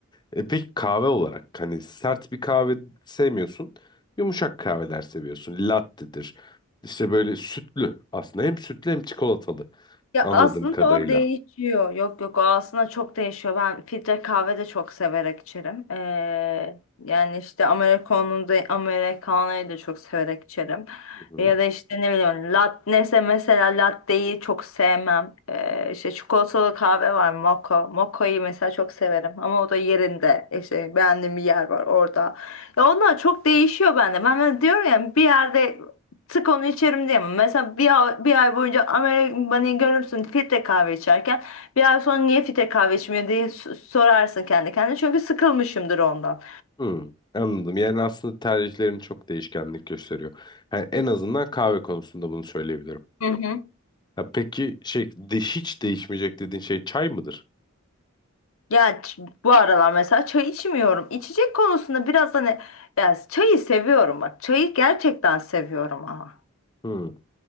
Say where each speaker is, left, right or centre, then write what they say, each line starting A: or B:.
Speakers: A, on the left; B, on the left.
A: E, peki kahve olarak hani sert bir kahve sevmiyorsun. Yumuşak kahveler seviyorsun. Latte'dir. İşte böyle sütlü aslında hem sütlü hem çikolatalı
B: Ya
A: anladığım
B: aslında
A: kadarıyla.
B: o değişiyor. Yok yok o aslında çok değişiyor. Ben filtre kahve de çok severek içerim. Ee, yani işte Amerikan'ı da Amerikanayı da çok severek içerim.
A: Hı
B: Ya da işte ne bileyim lat neyse mesela latteyi çok sevmem. Ee, işte çikolatalı kahve var mocha. Mocha'yı mesela çok severim ama o da yerinde.
A: hı.
B: İşte beğendiğim bir yer var orada. Ya onlar çok değişiyor bende. Ben, ben diyorum ya bir yerde Sık onu içerim diyemem. Mesela bir ay, bir ay boyunca Amerikan Bunny'i görürsün filtre kahve içerken. Bir ay sonra niye filtre kahve içmiyor diye s- sorarsın kendi kendine. Çünkü sıkılmışımdır ondan.
A: Hmm, anladım. Yani aslında tercihlerin çok değişkenlik gösteriyor. Yani en azından kahve konusunda bunu söyleyebilirim.
B: Hı hı.
A: Ya peki şey de hiç değişmeyecek dediğin şey çay mıdır?
B: Ya ç- bu aralar mesela çay içmiyorum. İçecek konusunda biraz hani ya çayı seviyorum bak. Çayı gerçekten seviyorum ama.
A: Hmm.